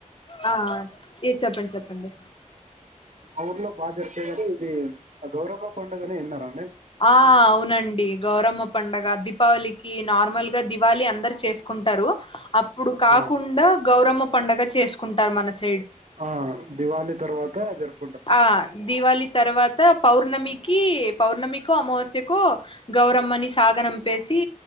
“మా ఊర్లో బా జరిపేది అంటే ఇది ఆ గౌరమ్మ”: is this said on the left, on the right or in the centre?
Right